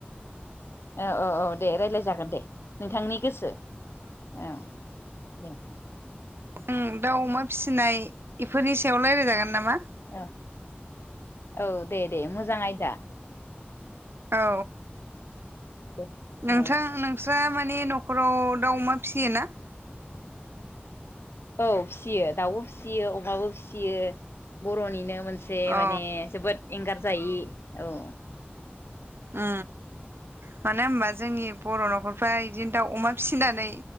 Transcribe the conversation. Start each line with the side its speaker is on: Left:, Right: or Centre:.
Left: औ औ औ दे रायज्लाय जागोन दे नोंथांनि गोसो औ दे
Right: ओम दाउ अमा फिसिनाय बेफोरनि सायाव रायज्लायजागोन नामा?
Left: ओ औ दे दे मोजां आयदा।
Right: औ।
Left: दे
Right: नोंथां
Left: औ
Right: नोंस्रा माने नखराव दाउ अमा फिसियो ना?
Left: औ फिसियो दाउबो फिसियो अमाबो फिसियो बर निनो मोनसे
Right: अ
Left: माने जोबोद एंगारजायि औ
Right: उ मानो होमबा जोंनि बर नखरफ्राय बिदिनो दाउ अमा फिसिनानै